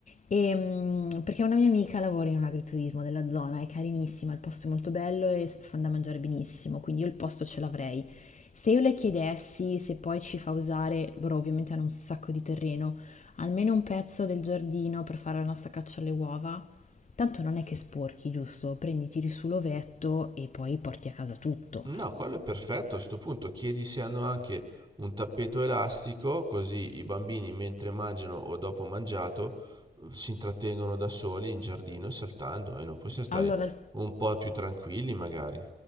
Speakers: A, on the left (about 45°); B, on the right (about 25°).
A: e, mm, perché una mia amica lavora in un agriturismo della zona, è carinissima, il posto è molto bello e fanno da mangiare benissimo, quindi io il posto ce l'avrei. Se io le chiedessi se poi ci fa usare, loro ovviamente hanno un sacco di terreno, almeno un pezzo del giardino per fare la nostra caccia alle uova? Tanto non è che sporchi, giusto? Prendi, tiri su l'ovetto e poi porti a casa tutto.
B: No, quello è perfetto. A sto punto chiedi se hanno anche un tappeto elastico, così i bambini mentre mangiano o dopo mangiato eh, si intrattengono da soli in giardino e saltando e noi possiamo stare
A: Allora,
B: un po' più tranquilli magari.